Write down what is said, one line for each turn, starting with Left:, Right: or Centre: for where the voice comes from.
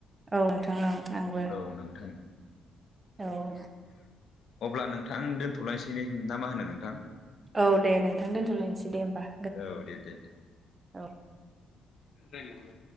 Right: औ नोंथां औ आंबो
Left: औ नोंथां
Right: औ
Left: अब्ला नोंथां दोनथ'लायसै ने ना मा होनो नोंथां
Right: औ दे नोंथां दोनथ'लायनोसै दे होमबा
Left: औ दे दे दे
Right: औ
Left: <unintelligible>